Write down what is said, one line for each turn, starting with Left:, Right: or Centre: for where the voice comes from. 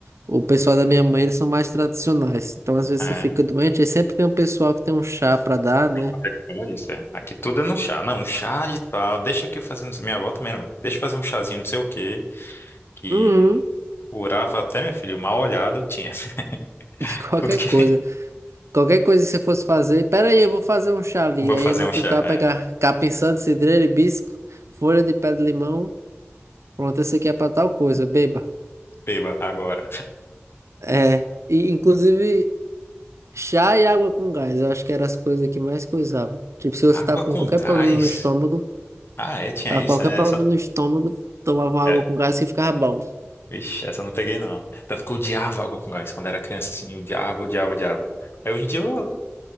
Right: O pessoal da minha mãe, eles são mais tradicionais. Então, às vezes,
Left: É,
Right: você fica doente, aí sempre tem um pessoal que tem um chá pra dar, né?
Left: então até que falar isso, é. Aqui tudo é no chá. Não, um chá de tal. Deixa que eu fazer, não sei- minha avó também era muito. Deixa eu fazer um chazinho, não sei o quê. que
Right: Uhum.
Left: curava até, meu filho, mal olhado tinha. <laughs>
Right: De qualquer
Left: Tudo que.
Right: coisa. Qualquer coisa que você fosse fazer. Pera aí, eu vou fazer um chá ali.
Left: Vou
Right: Aí
Left: fazer
Right: ia no
Left: um
Right: quintal
Left: chá,
Right: pegar
Left: é.
Right: capim santo, cidreira, hibisco, folha de pé de limão. Pronto, esse aqui é pra tal coisa, beba.
Left: Beba agora.
Right: É. E, inclusive, chá e água com gás. Eu acho que eram as coisas que mais coisavam. Tipo, se você
Left: Água
Right: tava com
Left: com
Right: qualquer
Left: gás?
Right: problema no estômago,
Left: Ah, é, tinha
Right: tava
Left: isso,
Right: com qualquer
Left: é,
Right: problema
Left: essa.
Right: no estômago, tomava uma
Left: É.
Right: água com gás que ficava bom.
Left: Vixe, essa eu não peguei, não. Tanto que eu odiava água com gás. Quando era criança, assim, eu odiava, odiava, odiava. Aí hoje em dia eu não